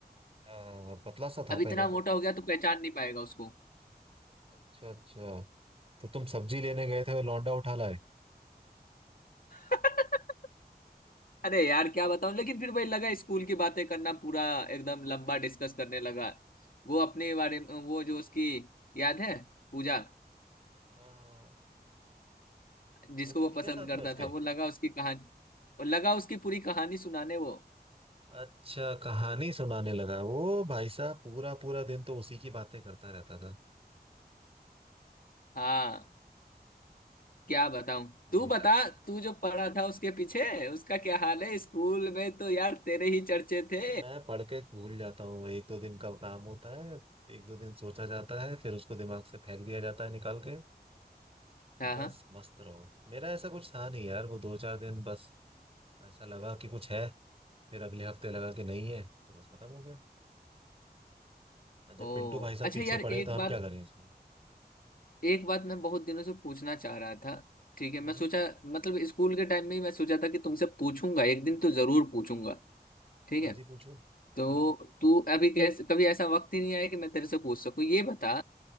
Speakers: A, on the right; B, on the left.
A: हाँ पतला सा था
B: अब इतना
A: पहले तो
B: मोटा हो गया तो पहचान नहीं पाएगा उसको
A: अच्छा अच्छा तो तुम सब्जी लेने गए थे लौंडा उठा लाए
B: <laughs> अरे यार क्या बताऊं लेकिन फिर वही लगा स्कूल की बातें करना पूरा एकदम लंबा डिस्कस करने लगा वो अपने बारे में वो जो उसकी याद है पूजा
A: हाँ
B: जिसको
A: वो भी
B: वो
A: थी
B: पसंद
A: क्या साथ
B: करता
A: में उसके
B: था वो लगा उसकी कहानी वो लगा उसकी पूरी कहानी सुनाने वो
A: अच्छा कहानी सुनाने लगा वो भाई साहब पूरा पूरा दिन तो उसी की बातें करता रहता
B: हाँ क्या बताऊं
A: था
B: तू बता तू जो पढ़ा था उसके पीछे उसका क्या हाल है स्कूल में तो यार तेरे ही चर्चे थे
A: अरे मैं पढ़ के भूल जाता हूँ एक दो दिन का काम होता है एक दो दिन सोचा जाता है फिर उसको दिमाग से फेंक दिया जाता है निकाल के
B: हाँ
A: बस
B: हाँ
A: मस्त रहो मेरा ऐसा कुछ था नहीं यार वो दो चार दिन बस ऐसा लगा कि कुछ है फिर अगले हफ्ते लगा कि नहीं है तो बस खत्म हो गया और जब
B: ओ
A: पिंटू भाई साहब
B: अच्छा
A: पीछे
B: यार
A: पड़े
B: एक
A: तो हम
B: बात
A: क्या करें उसमें
B: एक बात मैं बहुत दिनों से पूछना चाह रहा था ठीक है
A: हम्म
B: मैं सोचा मतलब स्कूल के टाइम में ही मैं सोचा था कि तुमसे पूछूंगा एक दिन तो जरूर पूछूंगा ठीक
A: आज
B: है
A: ही पूछूं
B: तो
A: हाँ
B: तू अभी कैसे कभी ऐसा वक्त ही नहीं आया कि मैं तेरे से पूछ सकूं ये बता